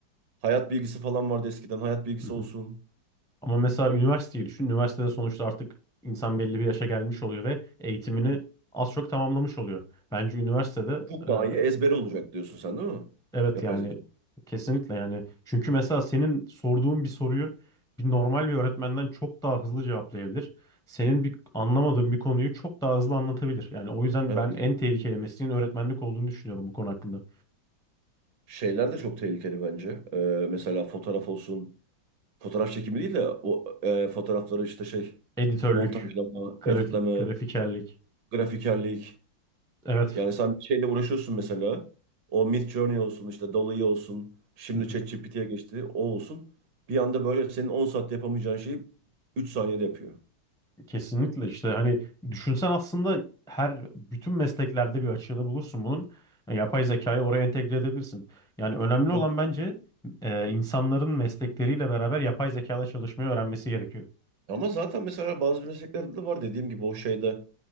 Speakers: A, on the right (about 70°); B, in the centre.
A: hayat bilgisi falan vardı eskiden. Hayat bilgisi
B: Hı hı.
A: olsun.
B: Ama mesela üniversiteyi düşün. Üniversitede sonuçta artık insan belli bir yaşa gelmiş oluyor ve eğitimini az çok tamamlamış oluyor. Bence üniversitede
A: Çok daha
B: e,
A: iyi ezbere olacak diyorsun sen değil mi?
B: evet
A: Yapay
B: yani
A: zeka.
B: kesinlikle yani. Çünkü mesela senin sorduğun bir soruyu bir normal bir öğretmenden çok daha hızlı cevaplayabilir. Senin bir anlamadığın bir konuyu çok daha hızlı anlatabilir. Yani o yüzden
A: Evet.
B: ben en tehlikeli mesleğin öğretmenlik olduğunu düşünüyorum bu konu hakkında.
A: Şeyler de çok tehlikeli bence. Ee, mesela fotoğraf olsun. Fotoğraf çekimi değil de o e, fotoğrafları işte şey
B: Editörlük,
A: montajlama,
B: grafik,
A: editleme,
B: grafikerlik.
A: grafikerlik.
B: Evet.
A: Yani sen bir şeyle uğraşıyorsun mesela. O Midjourney olsun, işte Dall-E olsun. Şimdi
B: Hı hı.
A: ChatGPT'ye geçti. O olsun. Bir anda böyle senin 10 saatte yapamayacağın şeyi 3 saniyede yapıyor.
B: Kesinlikle işte hani düşünsen aslında her bütün mesleklerde bir açığını bulursun bunun. Yani Yapay zekayı oraya entegre edebilirsin. Yani önemli
A: Tabii.
B: olan bence e, insanların meslekleriyle beraber yapay zekada çalışmayı öğrenmesi gerekiyor.
A: Ama zaten mesela bazı mesleklerde de var dediğim gibi o şeyde